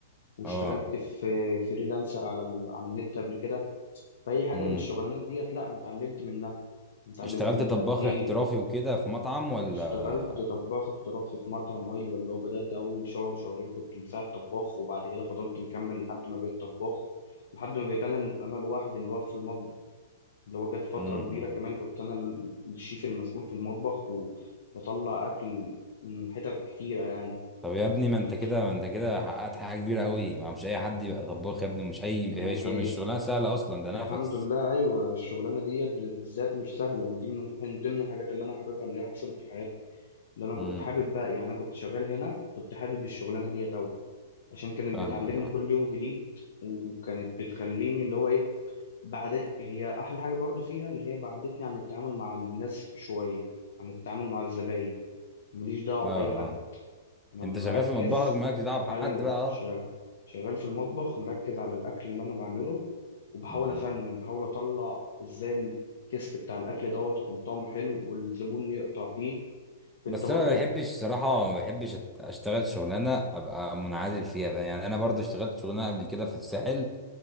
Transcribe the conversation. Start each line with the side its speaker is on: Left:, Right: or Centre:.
Left: واشتغلت
Centre: اه
Left: في فريلانسر على ال... على النت قبل كده فاي حاجه
Centre: امم
Left: من الشغلانات ديت لا انا اتعلمت منها اتعلمت
Centre: اشتغلت
Left: منها
Centre: طباخ
Left: كتير
Centre: احترافي وكده في مطعم ولا
Left: اشتغلت طباخ احترافي في مطعم ايوه اللي هو بدات اول شهر شهرين كنت مساعد طباخ وبعد كده فضلت مكمل لحد ما بقيت طباخ لحد ما بقيت انا ال- انا الواحد اللي واقف في المطبخ اللي هو جت فترة
Centre: امم
Left: كبيرة كمان كنت أنا ال- الشيف المسؤول في المطبخ وبطلع أكل من حتت كتيرة يعني
Centre: طب يا ابني ما انت
Left: مت-
Centre: كده ما انت كده حققت حاجه كبيره قوي ما مش اي حد يبقى طباخ يا ابني مش اي هي
Left: يعني
Centre: شغل مش شغلانه سهله اصلا ده
Left: الحمد
Centre: نفس
Left: لله أيوة الشغلانة ديت بالذات مش سهلة من دي من الح- من ضمن الحاجات اللي أنا حاببها اللي هي حصلت في حياتي اللي أنا كنت
Centre: امم
Left: حابب بقى يعني أنا كنت شغال هنا كنت حابب الشغلانة ديت أوي عشان كانت
Centre: فاهمك
Left: بتعلمني
Centre: اه
Left: كل يوم جديد وكانت بتخليني اللي هو إيه بعد هي احلى حاجه برضو فيها اللي هي بعدتني عن التعامل مع الناس شويه عن التعامل مع الزباين ماليش دعوه
Centre: اه
Left: باي حد
Centre: اه
Left: انا
Centre: انت
Left: مركز
Centre: شغال في مطبخك مالكش دعوه بحد
Left: ايوه
Centre: بقى اه
Left: شغال شغال في المطبخ مركز على الاكل اللي انا بعمله وبحاول
Centre: امم
Left: افنن بحاول اطلع ازاي التيست بتاع الاكل دوت يكون طعمه حلو والزبون يقطع فيه انت
Centre: بس
Left: برضو
Centre: انا ما بحبش صراحه ما بحبش أت- اشتغل شغلانه ابقى منعزل فيها فاهم؟ يعني انا برضو اشتغلت شغلانه قبل كده في الساحل